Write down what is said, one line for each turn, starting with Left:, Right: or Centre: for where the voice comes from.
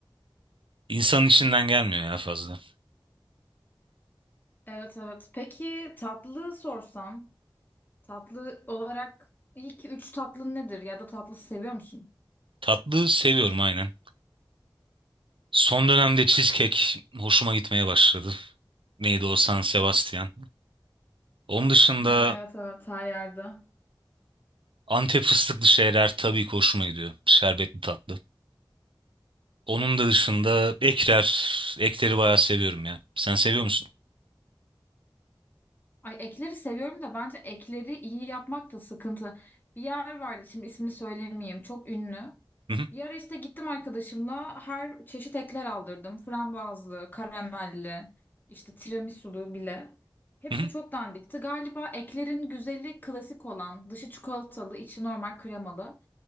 Right: insanın içinden gelmiyor ya fazla.
Left: Evet evet. Peki tatlı sorsam? Tatlı olarak ilk üç tatlın nedir? Ya da tatlı seviyor musun?
Right: Tatlı seviyorum aynen. Son dönemde cheesecake hoşuma gitmeye başladı. Neydi o San Sebastian. Onun dışında
Left: Ha evet evet her yerde.
Right: Antep fıstıklı şeyler tabii ki hoşuma gidiyor. Şerbetli tatlı. Onun da dışında ekler, ekleri bayağı seviyorum ya. Sen seviyor musun?
Left: Ay ekleri seviyorum da bence ekleri iyi yapmak da sıkıntı. Bir yer vardı şimdi ismini söylemeyeyim çok ünlü.
Right: Hı hı.
Left: Bir ara işte gittim arkadaşımla her çeşit ekler aldırdım. Frambuazlı, karamelli, işte tiramisulu bile. Hepsi
Right: hı hı.
Left: çok dandikti. Galiba eklerin güzeli klasik olan dışı çikolatalı içi normal kremalı.